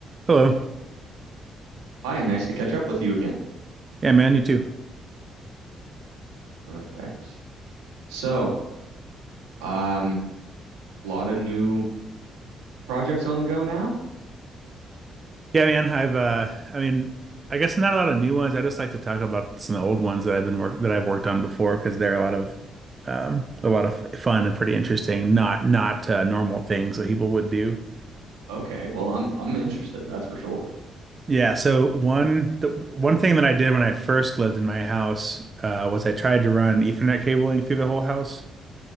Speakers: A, on the right; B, on the right.
A: Hello.
B: Hi, nice to catch up with you again.
A: Yeah, man, you too.
B: Perfect. So, um, lot of new projects on the go now?
A: Yeah, man, I've uh I mean, I guess not a lot of new ones. I just like to talk about some old ones that I've been work that I've worked on before because they're a lot of um a lot of fun and pretty interesting, not not uh, normal things that people would do.
B: Okay, well, I'm I'm interested, that's for sure.
A: Yeah, so one the one thing that I did when I first lived in my house uh was I tried to run Ethernet cabling through the whole house.